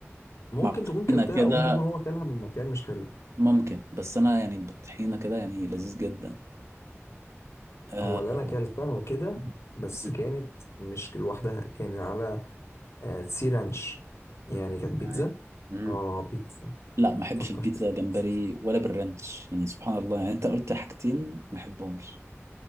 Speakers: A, on the left; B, on the right.
A: ممكن
B: مع الطحينة
A: تكون كلتها
B: كده
A: او ممكن يكون هو كلها من مكان مش حلو
B: ممكن بس أنا يعني بالطحينة كده يعني لذيذ جدا آه...
A: هو اللي انا اكلتها كده
B: مم.
A: بس
B: مم.
A: كانت مش لوحدها كانت على آه، سي رانش يعني كانت بيتزا
B: تمام. مم.
A: اه بيتزا
B: لا ما احبش
A: فكرت
B: البيتزا
A: في
B: جمبري
A: بيتزا
B: ولا بالرانش يعني سبحان الله يعني انت قلت حاجتين ما احبهمش